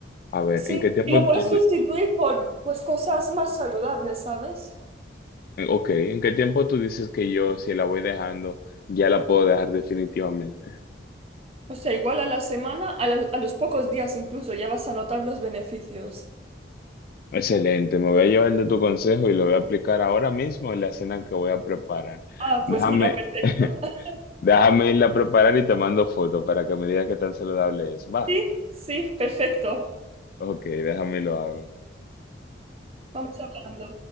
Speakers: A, on the left; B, on the right.
A: A ver,
B: Sí,
A: ¿en qué tiempo
B: y lo puedes
A: tú...
B: sustituir por pues cosas más saludables, ¿sabes?
A: Ok, ¿en qué tiempo tú dices que yo, si la voy dejando, ya la puedo dejar definitivamente?
B: O sea, igual a la semana, a, la- a los pocos días incluso, ya vas a notar los beneficios.
A: Excelente, me voy a llevar de tu consejo y lo voy a aplicar ahora mismo en la cena que voy a preparar.
B: Ah,
A: Déjame,
B: pues mira, perfecto.
A: <laughs>
B: <laughs>
A: déjame irla a preparar y te mando foto para que me digas qué tan saludable es. Va,
B: Sí, sí, perfecto.
A: ok, déjame y lo hago.
B: Vamos hablando.